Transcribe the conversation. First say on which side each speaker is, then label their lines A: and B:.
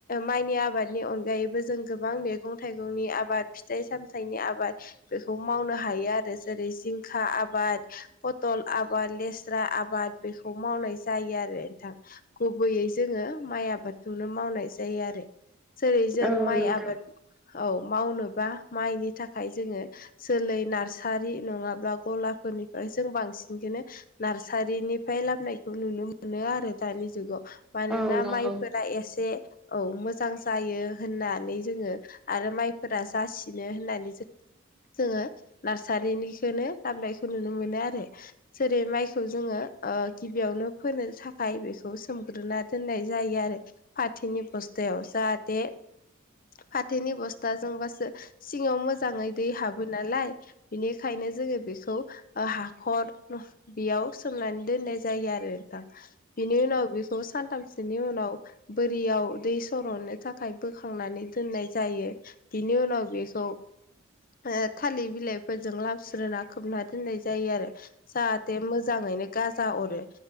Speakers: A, on the left; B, in the centre.
A: माइनि आबादनि अनगायैबो जों गोबां मैगं थाइगंनि आबाद फिथाइ सामथाइ फिथाइनि आबाद बेखौ मावनो हायो आरो जेरै जिंखा आबाद पथल आबाद लेस्रा आबाद बेखौ मावनाय जायो आरो नोंथां गुबैयै जोङो माइ आबाद नुनो मावनाय जायो आरो जेरै जों
B: औ
A: माइ
B: नोंथां
A: आबाद औ मावनोबा माइनि थाखाय जोङो जोलै नार्सारि नङाब्ला गलाफोरनिफ्राय जों बांसिन बिदिनो नार्सारिनिफ्राय लामनायखौ नुनो मोनो आरो दानि जुगाव मानोना
B: औ नंगौ
A: माइफोरा एसे औ मोजां जायो होननानै जोङो आरो माइफोरा जासिनो होननानै ज जोङो नार्सारिनिखौ लाबोनायखौ नुनो मोनो आरो जेरै माइखौ जोङो गिबियावनो फोनो थाखाय बेखौ सोमग्रोना दोननाय जायो आरो फाथोनि बस बस्थायाव जाहाथे फाथोनि बस्थाजोंबासो सिङाव मोजाङै दै हाबो नालाय बिनिखायनो जोङो बेखौ हाखर बेयाव सोमनानै दोननाय जायो आरो नोंथां बिनि उनाव बेखौ सानथामसोनि उनाव बोरियाव दै सरननो थाखाय बोखांनानै दोननाय जायो बिनि उनाव बे खौ ओ थालिर बिलाइफोरजों लामस्रोनोना खोबना दोननाय जायो आरो जाहाथे मोजाङैनो गाजा अरो